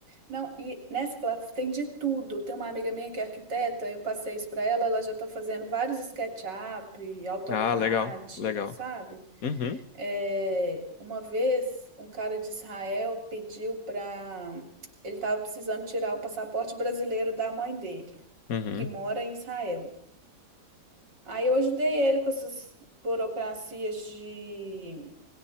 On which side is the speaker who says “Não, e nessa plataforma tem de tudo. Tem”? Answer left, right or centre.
Right